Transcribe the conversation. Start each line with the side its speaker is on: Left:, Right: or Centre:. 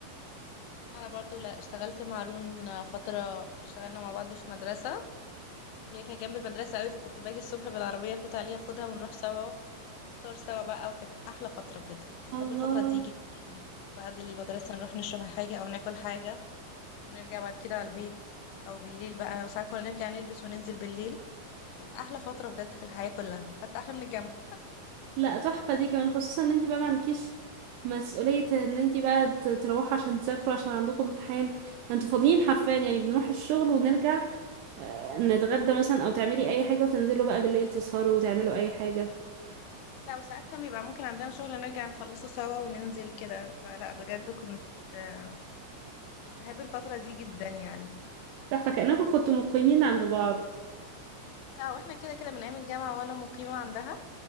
Left: انا برضو لا اشتغلت مع رون فتره اشتغلنا مع بعض في مدرسه هي كانت جنب المدرسه قوي فكنت باجي الصبح بالعربيه افوت عليها اخدها ونروح سوا فطار سوا بقى وكانت احلى فتره بجد كنت بحب
Right: الله
Left: الفتره دي جدا وبعد المدرسه نروح نشرب حاجه او ناكل حاجه ونرجع بعد كده على البيت او بالليل بقى وساعات كنا نرجع نلبس وننزل بالليل كانت احلى فتره بجد في الحياه كلها حتى احلى من الجامعه
Right: لا تحفة دي كمان خصوصا ان انتي بقى ما عندكيش مسؤولية ان انتي بقى ت- تروحوا عشان تذاكروا عشان عندكم امتحان انتوا فاضيين حرفيا يعني بنروح الشغل ونرجع آه، نتغدى مثلا او تعملي اي حاجة وتنزلوا بقى بالليل تسهروا وتعملوا اي حاجة
Left: لا وساعات كان بيبقى ممكن عندنا شغل نرجع نخلصه سوا وننزل كده فلا بجد كنت آه، بحب الفتره دي جدا يعني
Right: تحفة كأنكم كنتوا مقيمين عند بعض
Left: لا واحنا كده كده من ايام الجامعه وانا مقيمه عندها